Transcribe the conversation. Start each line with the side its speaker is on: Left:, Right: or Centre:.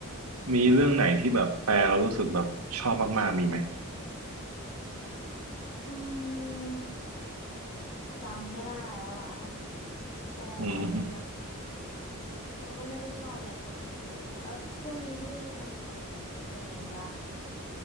Right: มีเรื่องไหนที่แบบแปลเรารู้สึกแบบชอบมากๆมีไหม
Left: อืมจำไม่ได้แล้วอ่ะ <laughs> แปลหลายเรื่อง
Right: อืม
Left: เราก็ไม่ได้ชอบอะไรเป็นพิเศษแล้วช่วงนี้พี่ทำงานเป็นไงบ้าง